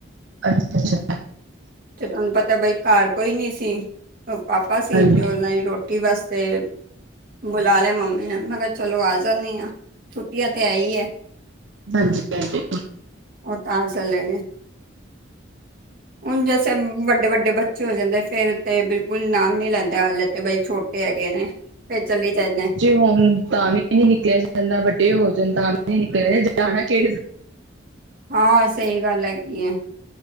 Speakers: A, on the right; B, on the right.
A: ਅੱਛਾ ਅੱਛਾ।
B: ਤੇ ਤੁਹਾਨੂੰ ਪਤਾ ਬਈ ਘਰ ਕੋਈ ਨੀ ਸੀ ਪਾਪਾ ਸੀ
A: ਹਾਂਜੀ
B: ਤੇ ਉਹਨਾਂ ਹੀ ਰੋਟੀ। ਰੋਟੀ ਵਾਸਤੇ ਬੁਲਾ ਲਇਆ ਮੰਮੀ ਨੇ ਮੈਂ ਕਿਹਾ ਚਲੋ ਆ ਜਾਣੀਂ ਹਾਂ। ਛੁੱਟੀਆਂ ਤੇ ਆਈ ਐ।
A: ਹਾਂਜੀ ਹਾਂਜੀ
B: ਉਹ ਤਾਂ ਚਲੇ ਗਏ। ਹੁਣ ਜੈਸੇ ਵੱਡੇ-ਵੱਡੇ ਬੱਚੇ ਹੋ ਜਾਂਦੇ ਫੇਰ ਤੇ ਬਿਲਕੁਲ ਨਾਮ ਨੀ ਲੈਂਦੇ ਹਲੇ। ਤੇ ਬਈ ਛੋਟੇ ਹੈਗੇ ਨੇ ਫਿਰ ਚਲੇ ਹੀ ਜਾਣਾ।
A: ਤੇ ਹੁਣ ਤਾਂ ਵੀ ਨੀ ਨਿਕਲਿਆ ਜਾਂਦਾ, ਵੱਡੇ ਹੋ ਜਾਣ ਤਾਂ ਵੀ ਨੀ ਨਿਕਲਿਆ ਜਾਣਾ ਕਿਹੜੀ
B: ਹਾਂ ਸਹੀ ਗੱਲ ਹੈਗੀ ਐ।